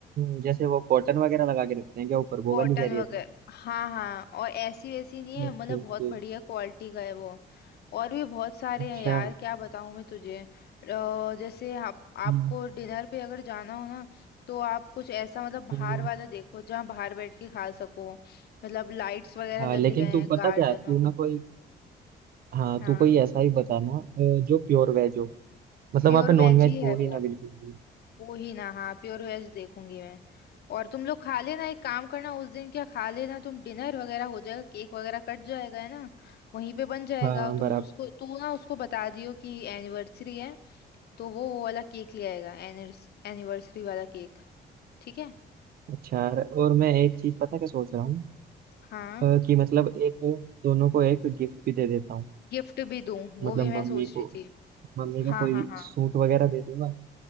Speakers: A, on the right; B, on the left.
A: अ, जैसे वो कॉटन वगैरह लगा के रखते हैं क्या ऊपर
B: कॉटन
A: वो वाली कह रही
B: वगैरह
A: है तू
B: हाँ हाँ और ऐसी वैसी नहीं है
A: Okay
B: मतलब
A: okay
B: बहुत बढ़िया क्वालिटी का है वो और भी बहुत सारे
A: अच्छा
B: हैं यार क्या बताऊँ मैं तुझे अ, जैसे आप
A: हम्म,
B: आपको डिनर पे अगर जाना हो ना तो आप कुछ ऐसा मतलब बाहर
A: हम्म,
B: वाला देखो जहाँ बाहर बैठ के खा सको मतलब लाइट्स वगैरह
A: हाँ
B: लगी
A: लेकिन
B: रहे
A: तू पता
B: गार्डन
A: क्या तू
B: हो
A: ना कोई हाँ
B: हाँ
A: तू कोई ऐसा ही बताना अ, जो प्योर वेज हो मतलब
B: प्योर
A: वहाँ पे नॉन
B: वेज
A: वेज
B: ही है
A: हो ही
B: वो
A: ना बिल्कुल भी
B: वो ही ना हाँ प्योर वेज देखूंगी मैं और तुम लोग खा लेना एक काम करना उस दिन क्या खा लेना तुम डिनर वगैरह हो जाएगा केक वगैरह कट जाएगा है ना वहीं पे बन जाएगा
A: हाँ
B: तुम
A: बराबर
B: उसको तू ना उसको बता दियो कि एनिवर्सरी है तो वो वो वाला केक ले आएगा एनिवर्सरी वाला केक ठीक है
A: अच्छा र- और मैं एक चीज पता क्या सोच रहा हूँ
B: हाँ
A: अ, कि मतलब एक दोनों को एक गिफ्ट भी दे देता हूँ
B: गिफ्ट भी दूं वो
A: मतलब
B: भी मैं
A: मम्मी
B: सोच
A: को
B: रही थी
A: मम्मी को
B: हाँ
A: कोई
B: हाँ हाँ
A: सूट वगैरह दे दूंगा